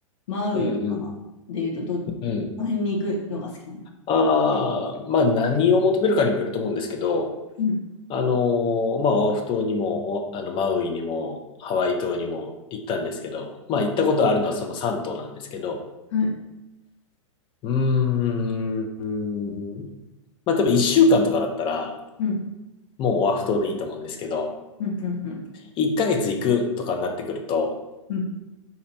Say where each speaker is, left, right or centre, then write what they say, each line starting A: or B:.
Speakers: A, on the left (about 65°); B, on the left (about 30°).
A: マウイとかで言うと、
B: うんうん。
A: ど、こ
B: うん。
A: の辺に行くのが好きなの
B: ああ、まあ何を求めるかにもよると思うんですけど、
A: うん、
B: あのーまあオアフ島にも、おあのマウイにも、ハワイ島にも行ったんですけど、まあ行ったことあるのはその3島なんですけど、
A: はい。
B: うーん、うーんまあ多分1週間とかだったら、
A: うん、
B: もうオアフ島でいいと思うんですけど、
A: うん、うん、
B: 1ヶ月行くとかになってくると、
A: うん。